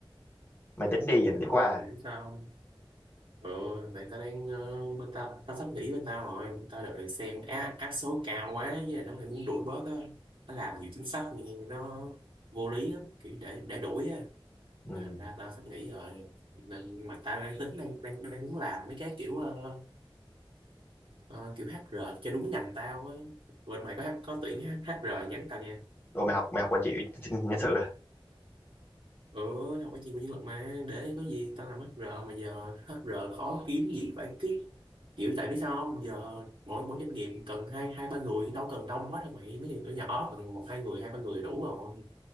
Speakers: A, on the left; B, on the right.
A: mày tính đi
B: ừ,
A: à, mày tính qua
B: tại
A: à?
B: vì biết sao không? Ờ, tại tao đang ờ, bên ta, tao sắp nghỉ bên tao rồi bên tao đợt này xem á, áp số cao quá với lại nó lại muốn đuổi bớt á nó làm nhiều chính sách nghe nó vô lý lắm kiểu để để đuổi á
A: ừ.
B: Nên thành ra tao sắp nghỉ rồi nên mà tao đang tính đang đang, đang muốn làm mấy cái kiểu ờ, ờ, kiểu HR cho đúng ngành tao á bên mày có có tuyển hát HR nhắn tao nha
A: Đồ mày học mày học quản trị nhân sự à?
B: ừ học cái chi của nhân lực mà để có gì tao làm HR mà giờ HR khó kiếm gì phải kiếm kiểu tại vì sao không giờ mỗi mỗi doanh nghiệp cần hai hai ba người đâu cần đông quá đâu mày mấy doanh nghiệp nhỏ cần một hai người hai ba người đủ rồi